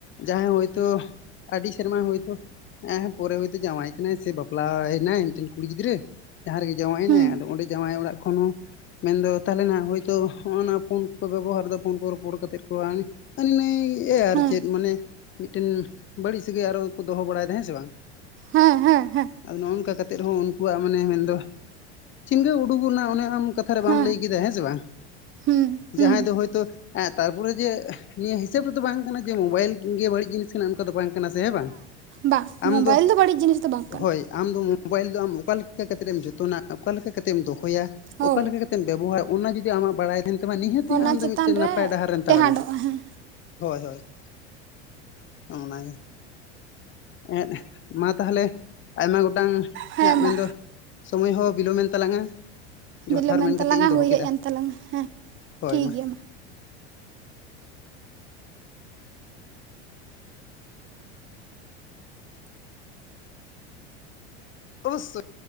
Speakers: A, on the left; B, on the right.
A: ᱡᱟᱦᱟᱭ ᱦᱳᱭᱛᱳ ᱟᱹᱰᱤ ᱥᱮᱨᱢᱟ ᱦᱚᱭᱛᱚᱼᱼ ᱦᱮᱸ ᱦᱮ ᱯᱚᱨᱮ ᱦᱚᱭᱛᱳ ᱡᱟᱶᱟᱭ ᱠᱟᱱᱟᱭ ᱥᱮ ᱵᱟᱯᱞᱟᱭᱼᱱᱟᱭ ᱢᱤᱫᱴᱮᱱ ᱠᱩᱲᱤ ᱜᱤᱫᱽᱨᱟᱹ ᱡᱟᱦᱟᱸ ᱨᱮᱜᱮ ᱡᱟᱶᱟᱭᱱᱟᱭ
B: ᱦᱩᱸ
A: ᱟᱫᱚ ᱚᱸᱰᱮ ᱡᱟᱶᱟᱭ ᱚᱲᱟᱜ ᱠᱷᱚᱱ ᱦᱚ ᱢᱮᱱᱫᱚ ᱛᱟᱦᱚᱞᱮ ᱱᱟᱭ ᱦᱳᱡᱽ ᱛᱚ ᱦᱚᱜᱱᱟ ᱯᱷᱳᱱ ᱠᱚ ᱵᱮᱵᱚᱦᱟᱨ ᱫᱟ ᱾ ᱯᱷᱳᱱ ᱠᱚ ᱨᱚᱯᱚᱲ ᱠᱟᱛᱮᱮᱫ ᱠᱚᱣᱟ ᱦᱟᱹᱱᱤ ᱱᱟᱹᱭ ᱟᱨ
B: ᱦᱮᱸ
A: ᱪᱮᱫ ᱢᱟᱱᱮ ᱢᱤᱫᱴᱮᱱ ᱵᱟᱹᱲᱤᱡ ᱥᱟᱹᱜᱟᱹᱭ ᱟᱨᱚ ᱠᱚ ᱫᱚ ᱦᱚ ᱵᱟᱲᱟᱭ ᱮᱫᱟ ᱦᱮᱸ ᱥᱮ ᱵᱟᱝ ᱾
B: ᱦᱮᱸ ᱦᱮᱸ᱾ ᱦᱮᱸ
A: ᱟᱫᱚ ᱱᱚᱝᱠᱟ ᱠᱟᱛᱮᱜ ᱩᱱᱠᱩᱣᱟᱜ ᱢᱟᱱᱮ ᱢᱮᱱᱫᱚ ᱪᱤᱱᱜᱟᱹᱣ ᱩᱰᱩᱜᱟᱜ ᱚᱱᱮ ᱟᱢ ᱠᱟᱛᱷ ᱟ ᱨᱮ ᱵᱟᱢ
B: ᱦᱮᱸ
A: ᱞᱟᱹᱭ ᱠᱮᱫᱟ ᱦᱮᱸ ᱥᱮ ᱵᱟᱝ ᱾
B: ᱦᱩᱸ ᱦᱩᱸ
A: ᱡᱟᱦᱟᱸᱭ ᱫᱚ ᱦᱳᱭᱛᱳ ᱛᱟᱨᱯᱚᱨᱮ ᱡᱮ ᱱᱤᱭᱟᱹ ᱦᱤᱥᱟᱹᱵ ᱨᱮᱫᱚ ᱵᱟᱝ ᱠᱟᱱᱟ ᱡᱮ ᱢᱳᱵᱟᱭᱤᱞ ᱜᱮ ᱵᱟᱹᱲᱤᱡ ᱡᱤᱱᱤᱥ ᱠᱟᱱᱟ ᱚᱱᱠᱟ ᱫᱚ ᱵᱟᱝ ᱠᱟᱱᱟ ᱥᱮ ᱦ ᱵᱟᱝ
B: ᱵᱟᱝ
A: ᱟᱢ
B: ᱢᱳᱵᱟᱭᱤᱞ
A: ᱫᱚ
B: ᱵᱟᱹᱲᱤᱡ ᱡᱤᱱᱤᱥ ᱫᱚ ᱵᱟᱝ ᱠᱟᱱᱟ
A: ᱦᱳᱭ ᱟᱢ ᱫᱚ ᱢᱳᱵᱟᱭᱤᱞ ᱫᱚ ᱟᱢ ᱚᱠᱟ ᱞᱮᱠᱟ ᱠᱟᱛᱮᱜ ᱮᱢ ᱡᱚᱛᱚᱱᱟ ᱚᱠᱟ ᱞᱮᱠᱟ ᱠᱟᱛᱮᱜ ᱮᱢ ᱫᱚᱦᱚᱭᱟ
B: ᱦᱳᱭ
A: ᱚᱠᱟ ᱞᱮᱠᱟ ᱠᱟᱛᱮ ᱾ ᱠᱟᱛᱮᱜ ᱵᱮᱵᱚᱦᱟᱨ ᱚᱱᱟ ᱡᱩᱫᱤ ᱟᱢᱟᱜ ᱵᱟᱲᱟᱭ ᱛᱟᱦᱮᱱ ᱛᱚᱵᱮ ᱱᱤᱦᱟᱹᱛᱤ
B: ᱚᱱᱟ
A: ᱟᱢ ᱫᱚ
B: ᱪᱮᱛᱟᱱ
A: ᱢᱤᱫᱴᱮᱱ ᱱᱟᱯᱟᱭ
B: ᱨᱮ
A: ᱰᱟᱦᱟᱨ ᱨᱮᱢ ᱛᱟᱲᱟᱢᱟ
B: ᱴᱮᱦᱟᱸᱰᱚᱜᱼᱟ ᱦᱮᱸ
A: ᱦᱳᱭ ᱦᱳᱭ ᱾ ᱚᱱᱟᱜᱮ ᱾ ᱮᱸᱜ ᱢᱟ ᱛᱟᱦᱚᱞᱮ ᱟᱭᱢᱟ ᱜᱚᱴᱟᱝ
B: ᱦᱮᱸ
A: ᱦᱮᱸᱜ ᱢᱮᱱ
B: ᱢᱟ
A: ᱫᱚ ᱾ ᱥᱩᱢᱟ. ᱭ ᱦᱚᱸ ᱵᱤᱞᱚᱢᱮᱱ ᱛᱟᱞᱟᱝᱼᱟ ᱡᱳᱦᱟᱨ
B: ᱵᱤᱞᱚᱢᱮᱱ
A: ᱢᱮᱱ ᱠᱟᱛᱮᱫ
B: ᱛᱟᱞᱟᱝᱟ
A: ᱤᱧ ᱫᱚᱦᱚ
B: ᱦᱩᱭ
A: ᱠᱮᱫᱟ
B: ᱦᱮᱡ ᱮᱱ ᱛᱟᱞᱟᱝᱟ ᱦᱮᱸ
A: ᱦᱳᱭ
B: ᱴᱷᱤᱠ
A: ᱢᱟ᱾
B: ᱜᱮᱭᱟ
A: ᱚᱵᱚᱥᱥᱳᱭ ᱾